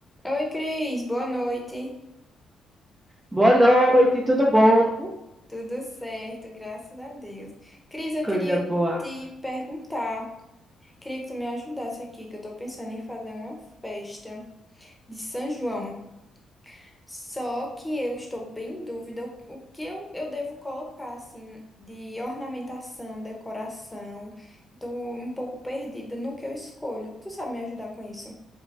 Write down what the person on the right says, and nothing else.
Boa noite, tudo bom?
Coisa
boa.